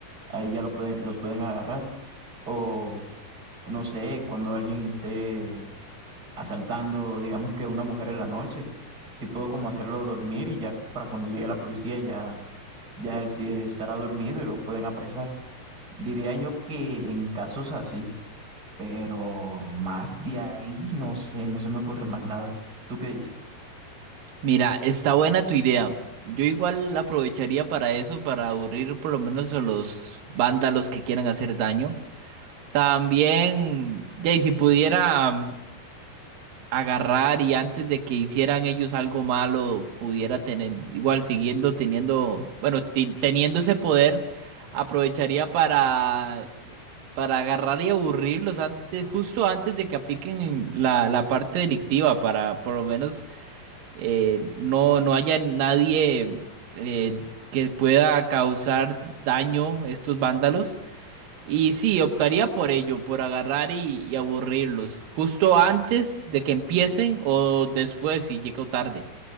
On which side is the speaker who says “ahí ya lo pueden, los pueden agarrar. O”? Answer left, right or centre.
Right